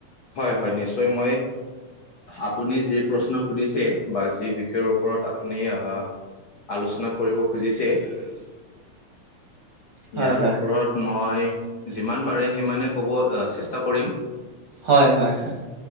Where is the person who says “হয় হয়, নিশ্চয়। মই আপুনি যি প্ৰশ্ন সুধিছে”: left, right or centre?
Left